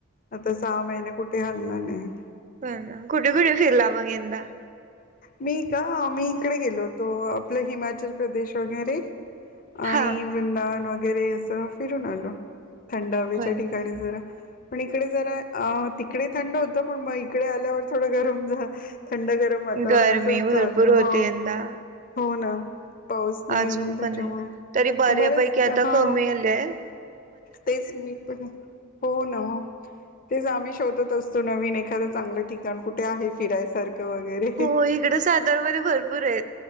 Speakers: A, on the left; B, on the right.
A: आता सहा महिने कुठे हलणार नाही.
B: पण ना कुठे कुठे फिरला मग यंदा
A: मी का मी इकडे गेलो होतो आपलं हिमाचल प्रदेश वगैरे आणि
B: हा
A: वृंदान वगैरे असं फिरून आलो. थंड हवेच्या
B: होय ना.
A: ठिकाणी जरा पण इकडे जरा अ तिकडे थंड होतं पण मग इकडे आल्यावर थोडं गरम झा थंड गरम वातावरण
B: गरमी
A: असं
B: भरपूर
A: चालं
B: होती
A: हो
B: यंदा
A: हो ना. पाऊस नाही
B: अजून
A: त्याच्यामुळे.
B: पण आहे तरी बऱ्यापैकी
A: बरंच
B: आता
A: हां,
B: कमी आलेय.
A: तेच नाही पण हो ना. तेच आम्ही शोधत असतो नवीन एखाद चांगलं ठिकाण कुठे आहे फिरायसारखं. वगैरे.
B: हो इकड सातार मध्ये भरपूर आहेत.